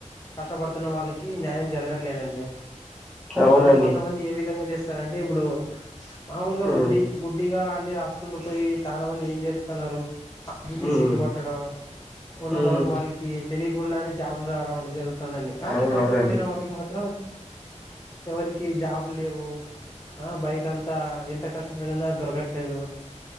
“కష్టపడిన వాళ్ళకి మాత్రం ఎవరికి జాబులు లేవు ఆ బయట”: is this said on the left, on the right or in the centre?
Left